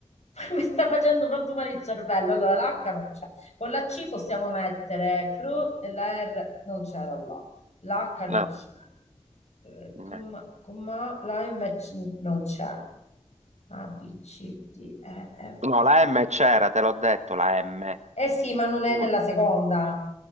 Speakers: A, on the left; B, on the right.
A: <laughs> Mi sta facendo frantumare il cervello. Allora, l'H non c'è. Con la C possiamo mettere cru e la R non c'era là. L'H non
B: No,
A: c'è. eh,
B: no.
A: com- com- ma là invece non c'è. A, B, C, D, E, F.
B: No, la M c'era, te l'ho detto, la M.
A: Eh sì, ma non è
B: Uno.
A: nella seconda.